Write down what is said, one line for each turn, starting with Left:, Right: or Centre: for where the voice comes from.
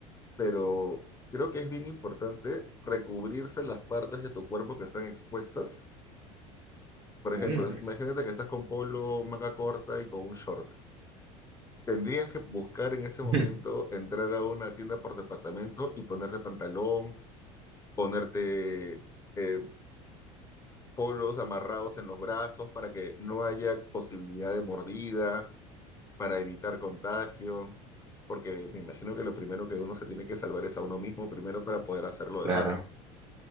Left: pero creo que es bien importante recubrirse las partes de tu cuerpo que están expuestas. Por ejemplo,
Right: Mm.
Left: es- imagínate que estás con polo, manga corta y con un short. Tendrías que buscar en ese momento
Right: <laughs>
Left: entrar a una tienda por departamento y ponerte pantalón ponerte eh, polos amarrados en los brazos para que no haya posibilidad de mordida, para evitar contagio, porque me imagino que lo primero que uno se tiene que salvar es a uno mismo primero para poder hacer lo
Right: Claro,
Left: demás.